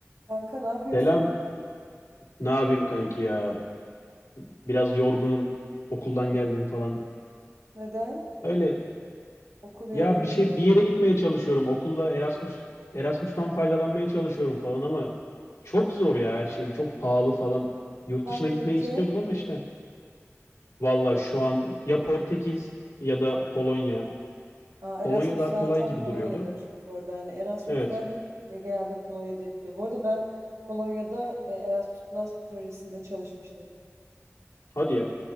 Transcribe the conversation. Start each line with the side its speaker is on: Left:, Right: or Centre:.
Right: Kanka ne yapıyorsun?
Left: Selam. Ne yapayım kanki ya? Biraz yorgunum. Okuldan
Right: Hı.
Left: geldim falan.
Right: Neden?
Left: Öyle
Right: Okul
Left: ya
Right: yorucu muydu?
Left: bir şey bir yere gitmeye çalışıyorum. Okulla Erasmus Erasmus'tan faydalanmaya çalışıyorum falan ama çok zor ya her şey. Çok pahalı falan. Yurt
Right: Hangi
Left: dışına gitmeyi
Right: ülke?
Left: istiyordum ama işte. Valla şu an ya Portekiz ya da Polonya.
Right: Aa,
Left: Polonya
Right: Erasmus
Left: daha
Right: zaten
Left: kolay gibi
Right: Polonya'dır.
Left: duruyordu.
Right: Bu arada hani Erasmus'lar
Left: Evet.
Right: hep ve genelde Polonya'da yapılıyor. Bu arada ben Polonya'da e, Erasmus Plus projesinde çalışmıştım.
Left: Hadi ya.